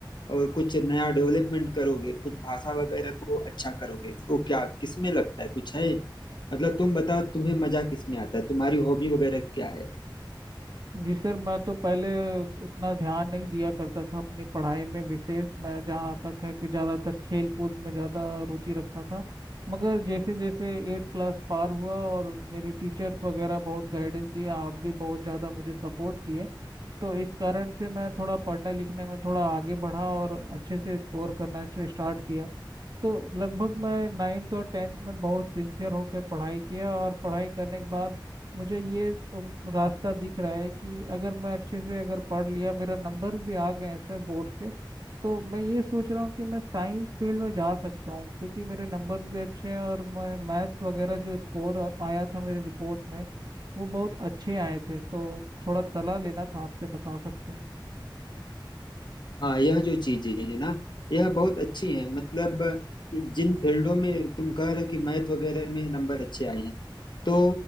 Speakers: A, on the left; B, on the right.
A: और कुछ नया डेवलपमेंट करोगे कुछ भाषा वगैरह को अच्छा करोगे तो क्या किसमें लगता है कुछ है मतलब तुम बताओ तुम्हें मजा किसमें आता है तुम्हारी हॉबी वगैरह क्या है
B: जी सर मैं तो पहले उतना ध्यान नहीं दिया करता था अपनी पढ़ाई में विशेष मैं जहाँ तक है कि ज़्यादातर खेल कूद में ज़्यादा रुचि रखता था मगर जैसे जैसे एट क्लास पार हुआ और मेरे टीचर्स वगैरह बहुत गाइडेंस दिए आप भी बहुत ज़्यादा मुझे सपोर्ट किए तो इस कारण से मैं थोड़ा पढ़ने लिखने में थोड़ा आगे बढ़ा और अच्छे से स्कोर करना स्टार्ट किया तो लगभग मैं नाइन्थ और टेंथ में बहुत सिंसियर होकर पढ़ाई किया और पढ़ाई करने के बाद मुझे ये उम, रास्ता दिख रहा है कि अगर मैं अच्छे से अगर पढ़ लिया मेरा नंबर भी आ गए हैं सर बोर्ड के तो मैं ये सोच रहा हूँ कि मैं साइंस फील्ड में जा सकता हूँ क्योंकि मेरे नंबर भी अच्छे हैं और मैं मैथ्स वगैरह जो स्कोर आया था मेरी रिपोर्ट में वो बहुत अच्छे आए थे तो थोड़ा सलाह लेना था आपसे बता सकते हैं
A: हाँ यह जो चीजें है ना यह बहुत अच्छी है मतलब जिन फील्डों में तुम कह रहे हो कि मैथ वगैरह में नंबर अच्छे आए हैं तो